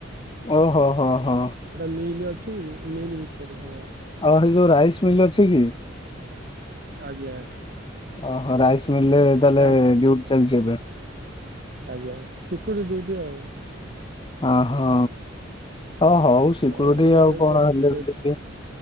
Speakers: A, on the left (about 25°); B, on the right (about 50°).
A: ଓହୋ ହୋ ଓ ହୋ।
B: ଏଟା ମିଲ୍ ଅଛି ମିଲ୍ ଭିତରେ ହଁ।
A: ଆଉ ହେଟି ଯୋଉ ରାଇସ ମିଲ୍ ଅଛି କି?
B: ଆଜ୍ଞା।
A: ଓହୋ ରାଇସ୍ ମିଲରେ ତାହେଲେ
B: ତା
A: ଡ୍ୟୁଟି ଚାଲିଛି ଏବେ।
B: ଆଜ୍ଞା ଶିକୁଡି ଦିୟୁଟି ଆଉ।
A: ଅହୋ ହ ହଉ ସିକ୍ୟୁରିଟି
B: କଣ କରିବା
A: ଆଉ
B: ଭାଇ
A: କଣ ହେଲେ
B: ପେ
A: ଟିକେ